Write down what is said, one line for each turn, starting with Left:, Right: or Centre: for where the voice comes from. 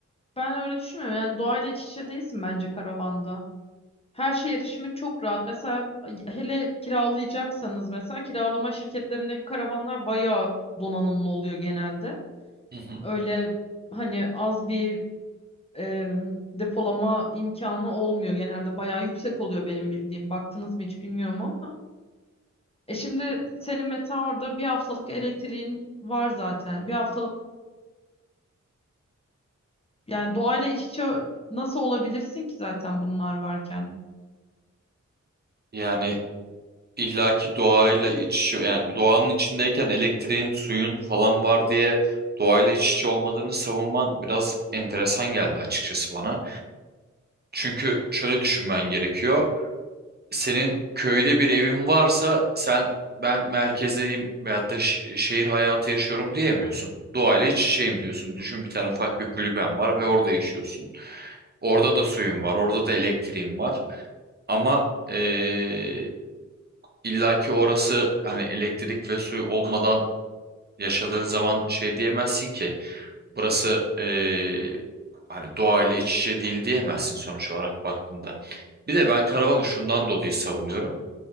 Left: Ben öyle düşünmüyorum. Yani doğayla iç içe değilsin bence karavanda. Her şeye erişimin çok rahat. Mesela hele kiralayacaksanız mesela kiralama şirketlerindeki karavanlar bayağı donanımlı oluyor genelde.
Right: Hı hı.
Left: Öyle hani az bir e, depolama imkanı olmuyor. Genelde bayağı yüksek oluyor benim bildiğim. Baktınız mı hiç bilmiyorum ama. E şimdi senin mesela orada bir haftalık elektriğin var zaten. Bir haftalık yani doğayla iç içe nasıl olabilirsin ki zaten bunlar varken?
Right: Yani illaki doğayla iç içe yani doğanın içindeyken elektriğin, suyun falan var diye doğayla iç içe olmadığını savunman biraz enteresan geldi açıkçası bana. Çünkü şöyle düşünmen gerekiyor. Senin köyde bir evin varsa sen ben merkezdeyim veyahut da ş- şehir hayatı yaşıyorum diyemiyorsun. Doğayla iç içeyim diyorsun. Düşün bir tane ufak bir kulüben var ve orada yaşıyorsun. Orada da suyun var, orada da elektriğin var. Ama eee illaki orası hani elektrik ve suyu olmadan yaşadığın zaman şey diyemezsin ki burası eee hani doğayla iç içe değil diyemezsin sonuç olarak baktığında. Bir de ben karavanı şundan dolayı savunuyorum